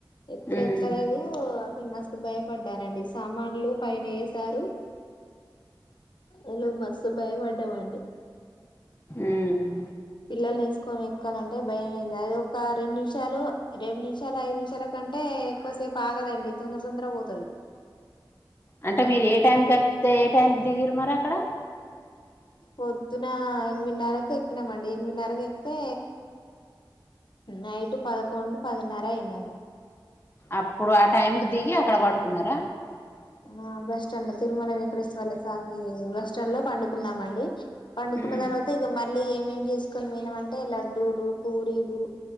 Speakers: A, on the left (about 65°); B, on the left (about 25°).
A: ఎప్పుడు
B: ఉమ్
A: ఎక్కలేదు మస్త్ భయపడ్డానండి సామాన్లు పైన ఏసారు నిను మస్తు భయపడ్డానండి
B: ఉమ్
A: పిల్లలని ఏసుకొని అంటే భయం అది ఒక రెండు నిమిషాలే రెండు నిమిషాలు ఐదు నిమిషాల కంటే ఎక్కువసేపు ఆగదు ఉనాండీ తొందర తొందర గా పోతాది
B: అంటే మీరు ఏ టైం ఎక్కితే ఏ టైం కి దిగిరు మరి అక్కడ
A: పొద్దున ఎనిమిదిన్నరకు ఎక్కినామండి ఎనిమిదిన్నరకు ఎక్కితే నైట్ పదకొండు పదిన్నర అయిందండి
B: అప్పుడు ఆ టైంకి దిగి అక్కడ పడుకున్నారా
A: ఆ బస్ స్టాండ్ లో తిరుమల వేంకటేశ్వర స్వామి బస్ స్టాండ్ లో పండుకున్నాం అండి పండుకున్న
B: ఉమ్
A: తర్వాత ఇక మళ్ళీ ఏమ్ ఏమ్ చేసుకొని పొయినాం అంటే లడ్ లడ్డులు పూరీలు